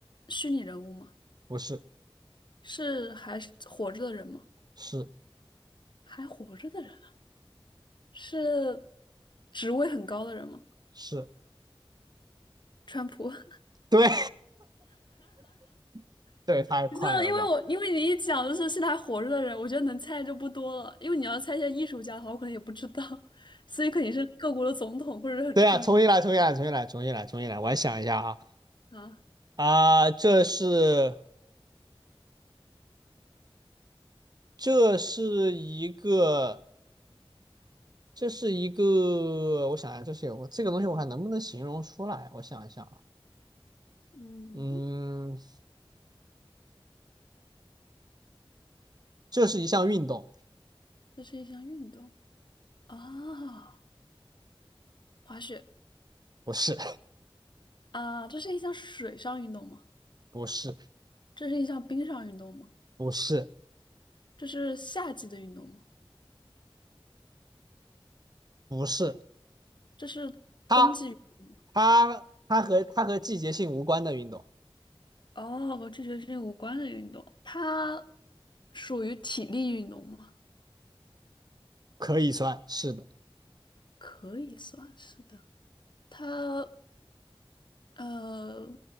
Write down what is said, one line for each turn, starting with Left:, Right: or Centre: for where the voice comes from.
Left: 虚拟人物吗？
Right: 不是，
Left: 是还是活着的人吗？
Right: 是
Left: 还活着的人啊是职位很高的人吗？
Right: 是，
Left: 川普，<laughs>
Right: 对 <laughs> 对，太快了吧？
Left: 你知道，因为我因为你一讲就是现在还活着的人，我觉得能猜就不多了。因为你要猜一些艺术家的话，我可能也不知道，<laughs> 所以肯定是各国的总统或者是很出名
Right: 对啊，重新来，重新来，重新来，重新来，重新来。我来想一下啊
Left: 的啊。
Right: 啊，这是这是一个这是一个，我想一下，这是我这个东西我还能不能形容出来？我想一想啊，
Left: 嗯，
Right: 嗯，这是一项运动，
Left: 这是一项运动啊，滑雪
Right: 不是。
Left: 啊，这是一项水上运动吗？
Right: <laughs> 不是
Left: 这是一项冰上运动吗？
Right: 不是，
Left: 这是夏季的运动吗？
Right: 不是，
Left: 这是冬季运动吗
Right: 它它它和它和季节性无关的运动
Left: 哦，和这学期无关的运动，它属于体力运动吗？
Right: 可以算是的，
Left: 可以算是的。它呃